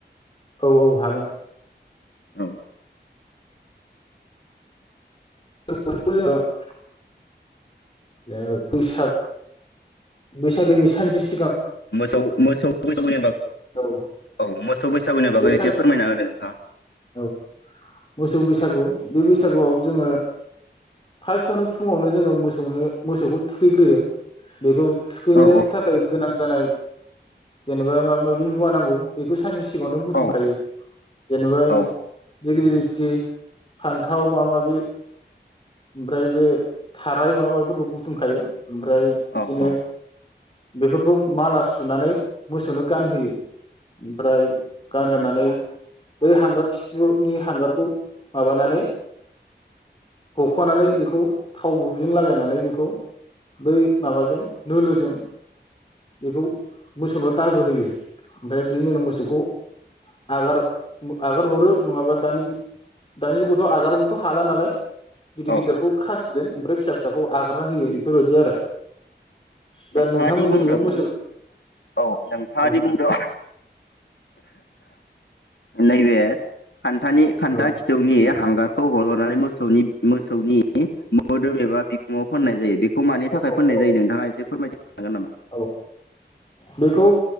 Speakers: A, on the left; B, on the left.
A: औ औ हागोन।
B: औ
A: <unintelligible> ओ बैसाग बैसागोनि सानसे सि
B: मोसौ मोसौ बैसागुनि बागै
A: औ
B: औ मोसौ बैसागुनि बागै
A: बे सान
B: एसे फोरमायना होदों नोंथाङा
A: औ मोसौ बैसागु बे बैसागुआव जोङो फास्टआव फुङावनो जोङो मोसौनो मोसौखौ थुखैग्रोयो। बेखौ थुखैनो
B: औ
A: थाखाय गोनां जानाय। जेनेबा माबा माबि मुवा नांगौ बेखौ सानसे सि सिगाङावनो बुथुमखायो
B: औ
A: जेनेबा
B: औ
A: दिग्लिलिथि फान्थाव माबा माबि ओमफ्राय बे थाराय माबा माबिफोरखौ बुथुमखायो ओमफ्राय बिदिनो
B: औ औ
A: बेफोरखौ माला सुनानै मोसौनो गानहोयो ओमफ्राय गानहोनानै बै हांगार खिथुनि हांगारखौ माबानानै हख'नानै बेखौ थाव गुबैजों लागायनानै बेखौ बै माबाजों नोलोजों बेखौ मोसौनाव दागो होयो। ओमफ्राय बिदिनि उनाव मोसौखौ आगार आगार हरो नङाबा दानि जुग दानि जुगावथ' आगार हरनोथ' हाला नालाय। गिदिर गिदिरखौ
B: औ
A: खास गोन ओमफ्राय फिसा खौ आगारना होयो इफोरबायदि आरो दा
B: नोंथाङादि
A: नोंथांमोननिथिंबो
B: बुंदों
A: मोसौ
B: औ नोंथाङादि
A: औ
B: बुंदों नैबे खान्थानि खान्था
A: औ
B: खिथौनि हांगारखौ हल' नानै मोसौनि मोसौनि मा मोदोम एबा बिखुंआव फोननाय जायो बेखौ मानि थाखाय
A: औ
B: फोननाय
A: औ
B: जायो नोंथाङा एसे फोरमायथि जागोन नामा
A: औ बेखौ